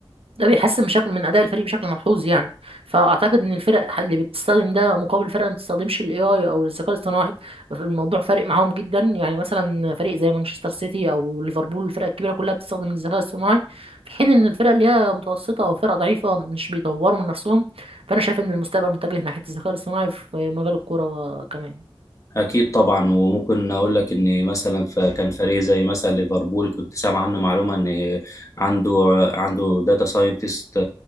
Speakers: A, on the right; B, on the left.
A: ده بيحسن بشكل من اداء الفريق بشكل ملحوظ يعني فاعتقد ان الفرق اللي بتستخدم ده مقابل فرق ما بتستخدمش الاي اي او الذكاء الاصطناعي الموضوع فارق معاهم جدا يعني مثلا فريق زي مانشستر سيتي او ليفربول الفرق الكبيره كلها بتستخدم الذكاء الاصطناعي في حين ان الفرق اللي هي متوسطه او فرق ضعيفه مش بيطوروا من نفسهم فانا شايف ان المستقبل متجه ناحيه الذكاء الاصطناعي في مجال الكوره كمان
B: أكيد طبعا وممكن أقول لك إن مثلا ف- كان فريق زي مثلا ليفربول كنت سامع عنه معلومة إن عنده عنده داتا ساينتست